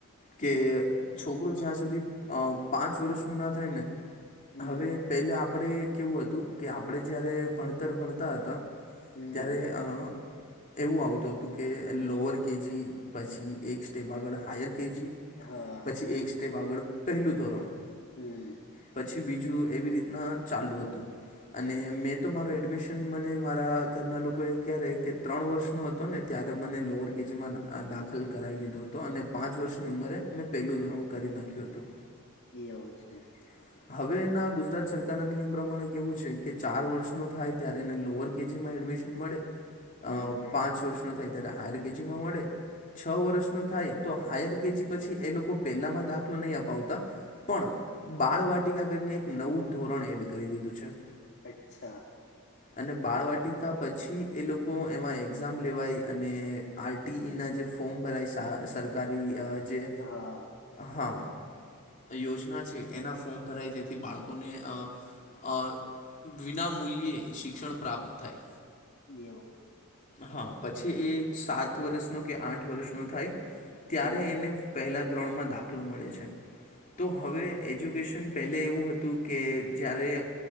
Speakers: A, on the left; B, on the left.
A: કે છોકરો જ્યાં સુધી અ પાંચ વરસનું ન થાય ને
B: હમ
A: હવે પહેલા આપણે કેવું હતું કે આપણે જયારે ભણતર ભણતા હતા
B: હમ
A: ત્યારે અ એવું આવતું હતું કે લોઅર કે જી પછી એક સ્ટેપ આગળ હાયર કે જી
B: હા
A: પછી એક સ્ટેપ આગળ પહેલું ધોરણ.
B: હમ
A: પછી બીજું એવી રીતના ચાલુ હતું. અને મેં તો મારુ એડમિશન મને મારા ઘરના લોકોએ ક્યારે કે ત્રણ વર્ષ નો હતો ને ત્યારે મને લોઅર કે જીમાં દાખલ કરાવી દીધો હતો અને પાંચ વર્ષની ઉંમરે મેં પહેલું ધોરણ કરી નાખ્યું હતું.
B: એવું છે.
A: <inaudible> હવે એના ગુજરાત સરકારના નિયમ પ્રમાણે કેવું છે કે ચાર વર્ષનો થાય ત્યારે એને લોઅર કે જીમાં એડમિશન મળે. અ
B: હમ
A: પાંચ વર્ષનો થાય ત્યારે હાયર કે જીમાં મળે. છ વર્ષનો થાય તો હાયર કે જી પછી એ લોકો પેલામાં દાખલો નઈ અપાવતા પણ બાળવાટિકા કરીને એક નવું ધોરણ એડ કરી દીધું છે.
B: અચ્છા
A: અને બાળવાટિકા પછી એ લોકો એમાં એ ક્ઝામ લેવાય અને આર ટી ઈના જે ફોર્મ ભરાય સા સરકારી અ જે
B: હા
A: હા, યોજના છે એના ફોર્મ ભરાય જેથી બાળકોને અહ અં વિના મૂલ્યે શિક્ષણ પ્રાપ્ત થાય.
B: એવું.
A: હાં પછી એ સાત વરસનો કે આઠ વરસનો થાય ત્યારે
B: હમ
A: એને પહેલાં ધોરણમાં દાખલો મળે છે તો હવે એજ્યુકેશન પેલે એવું હતું કે જયારે